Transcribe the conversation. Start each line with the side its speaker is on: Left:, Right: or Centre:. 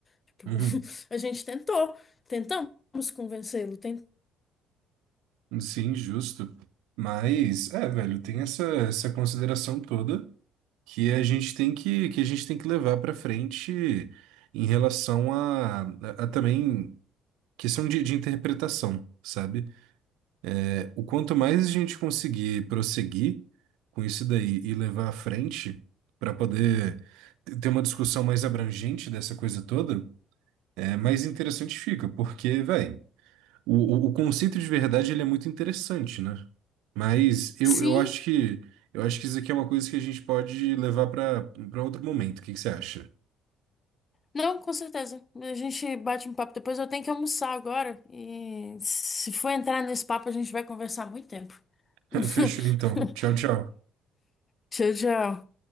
Left: Tipo,
Right: uhum.
Left: <laughs> a gente tentou, tentamos convencê-lo, tentamos.
Right: Sim, justo. Mas, é, velho, tem essa, essa consideração toda que a gente tem que, que a gente tem que levar para frente em relação a, a, a também questão de, de interpretação, sabe? É, O quanto mais a gente conseguir prosseguir com isso daí e levar à frente para poder ter uma discussão mais abrangente dessa coisa toda, é mais interessante fica, porque, velho. O, o, o conceito de verdade ele é muito interessante, né? Mas eu,
Left: Sim,
Right: eu acho que eu acho que isso aqui é uma coisa que a gente pode levar para para outro momento. O que que você acha?
Left: não, com certeza. A gente bate um papo depois. Eu tenho que almoçar agora. E se for entrar nesse papo, a gente vai conversar muito tempo.
Right: <laughs>
Left: <laughs>
Right: Fechou então. Tchau, tchau.
Left: Tchau, tchau.